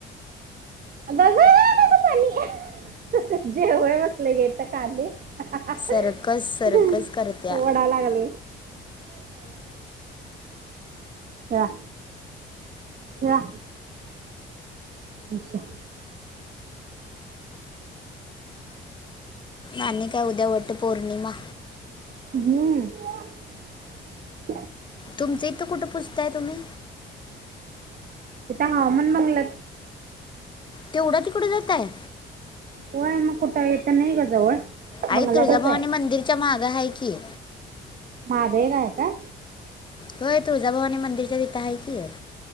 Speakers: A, on the right; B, on the left.
A: अगं, अंग पाणी जेवयाला बसले ग इथं खाली <unintelligible>
B: सर्कस सर्कस करत्या
A: ओढा लागला खेळा खेळा अच्छा
B: आणि काय उद्या वट्ट पौर्णिमा
A: हं
B: तुमचं इथं कुठं पुजताय तुम्ही
A: त्या हवामाण बंगल्यात
B: तेवढा तिकडं जाताय
A: होय मग कुठं इथं नाही ग जवळ-
B: आई
A: बंगल्यातच
B: तुळजाभवानी
A: आहे
B: मंदिरच्या माग आहे कि-
A: माग एक आहे का
B: होय तुळजाभवानी मंदिरच्या तिथं आहे कि-